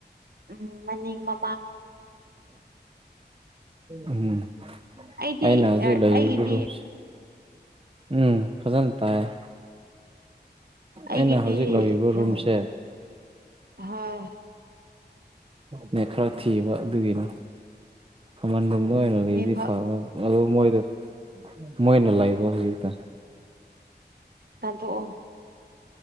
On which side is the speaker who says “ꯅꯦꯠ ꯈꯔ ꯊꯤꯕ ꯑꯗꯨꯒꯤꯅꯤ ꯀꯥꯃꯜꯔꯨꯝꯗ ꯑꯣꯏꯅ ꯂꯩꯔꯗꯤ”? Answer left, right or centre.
Right